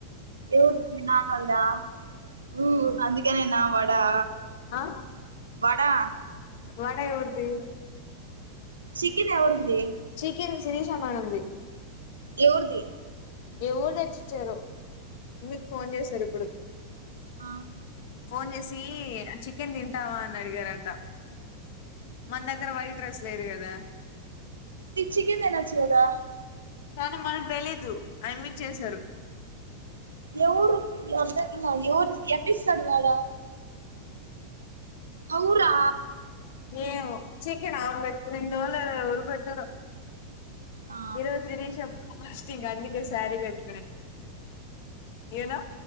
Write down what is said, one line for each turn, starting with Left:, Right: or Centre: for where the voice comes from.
Right: ఎవరు మీ నాన్నోల్దా ఊ అందుకనేనా వడా
Left: ఆ
Right: వడా
Left: వాడ ఎవరిది
Right: చికెన్ ఎవరిది
Left: చికెన్ శిరీష మేడం ది
Right: ఎవరిది
Left: ఎవరు తెచ్చిచ్చారో అమిత్ ఫోన్ చేశారు ఇప్పుడు
Right: ఆ
Left: ఫోన్ చేసి చికెన్ తింటావా అని అడిగారంట మన దగ్గర వైట్ ర్రెస్ లేదు కదా
Right: చికెన్ తినొచ్చు కదా
Left: కానీ మకు తెలీదు అయమ్మీకి చేశారు
Right: ఎవరు ఎ ఎవరు ఎట్లీస్తాడు వాడా అవురా
Left: ఏమొ చీకెన్ ఆంబట్ళ నిను చూడలేదు ఎవరు పెట్టారో
Right: ఆ
Left: ఈ రోజు గిరీష ఫాస్టింగ్ అందుకే సారీ కట్టుకునింది యు నో